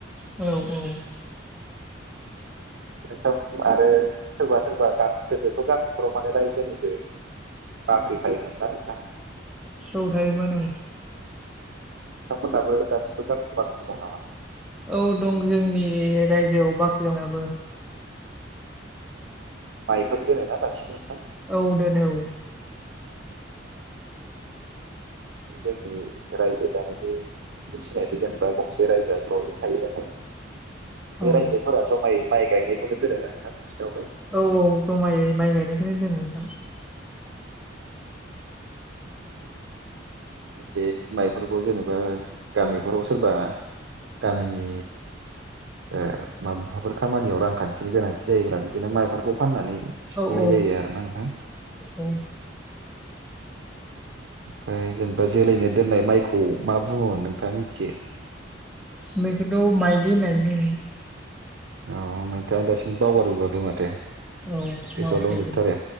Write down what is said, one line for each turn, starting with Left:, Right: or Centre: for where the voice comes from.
Centre: औ औ
Right: नोंथां आरो सोरबा सोरबा गोदोथ' गामिफोराव माने रायजोनिबो बाख्रि थायोमोन ना नोंथां
Centre: औ थायोमोन ओं
Right: बिथांमोननाबो दासिमबो गामियाव बाख्रि दं नामा?
Centre: औ दं जोंनि रायजोआव बाख्रि दं दाबो।
Right: माइफोर दोनोना दासिमबो नोंथां?
Centre: औ दोनो औ
Right: औ जोंनि रायजो जानायनि मोनसे सिनायथि जेनेबा गंसे रायजोआ ज'यै थायो आरो
Centre: औ
Right: बे रायजोफोरा जमायै माइ गायनायखौनो दोनायनोना नोंथां? बिसिनावबो
Centre: औ औ जमायै माइ गायनायखौनो दोनो नोंथां।
Right: बे माइफोरखौ जेनेबा गामिफोराव सोरबा गामिनि ओ माबाफोर खामानियाव रांखानथिनि गोनांथि जायोब्ला बिदिनो माइफोरखौ फाननानै सुफुंनाय
Centre: औ औ
Right: जायो आरोना नोंथां
Centre: औ
Right: ओमफ्राय जेनेबा जोलैनो दोननाय माइखौ मा बुङोमोन नोंथाङा मिथियो?
Centre: बेखौथ' माइलि होननानै बुङो।
Right: औ नोंथाङा दासिमबो बावगारजोबाखै माथो
Centre: औ
Right: गोसोआव
Centre: मावाखै
Right: दंजोबथारो